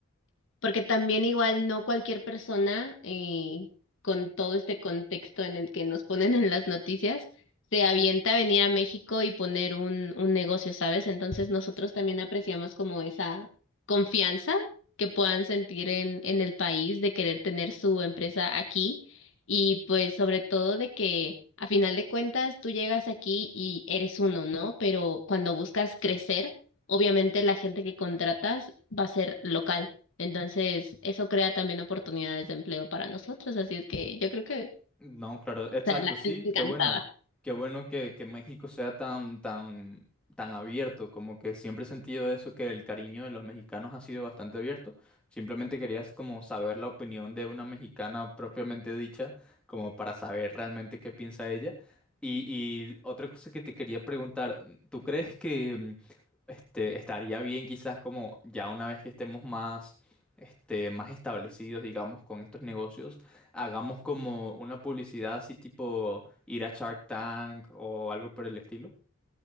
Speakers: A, on the left; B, in the centre.
A: porque también igual no cualquier persona, eh, con todo este contexto en el que nos ponen en las noticias, se avienta a venir a México y poner un, un negocio, ¿sabes? Entonces nosotros también apreciamos como esa confianza que puedan sentir en, en el país de querer tener su empresa aquí y pues sobre todo de que a final de cuentas tú llegas aquí y eres uno, ¿no? Pero cuando buscas crecer, obviamente la gente que contratas va a ser local. Entonces, eso crea también oportunidades de empleo para nosotros, así es que yo creo que, o
B: No, claro, exacto,
A: sea, la
B: sí,
A: gente encantada.
B: qué bueno. Qué bueno que, que México sea tan, tan, tan abierto, como que siempre he sentido eso, que el cariño de los mexicanos ha sido bastante abierto. Simplemente querías como saber la opinión de una mexicana propiamente dicha, como para saber realmente qué piensa ella. Y, y otra cosa que te quería preguntar, ¿tú crees que mm, este, estaría bien quizás como ya una vez que estemos más, este, más establecidos, digamos, con estos negocios? hagamos como una publicidad así tipo ir a Shark Tank o algo por el estilo.